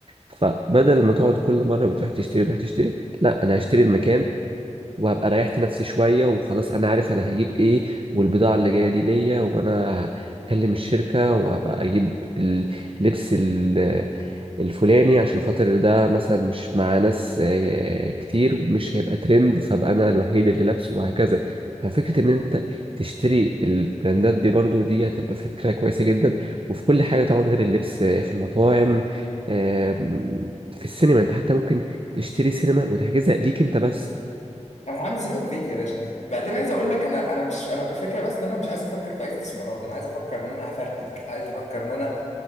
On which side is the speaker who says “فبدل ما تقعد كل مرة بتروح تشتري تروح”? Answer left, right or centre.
Right